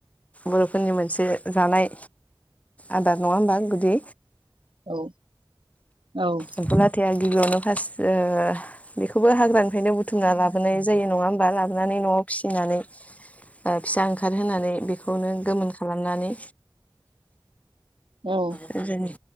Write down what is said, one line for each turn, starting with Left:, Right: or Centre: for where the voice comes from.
Left: बर'फोरनि मोनसे जानाय आदार नङा होमबा गुदि
Right: औ औ
Left: एम्फौ लाथाया गिबियावनो फार्स्ट बेखौबो हाग्रानिफ्रायनो बुथुमना लाबोनाय जायो नङा हबा लाबोनानै न'आव फिसिनानै फिसा ओंखार होनानै बे खौनो गोमोन खालामनानै
Right: औ औ
Left: गोदोनि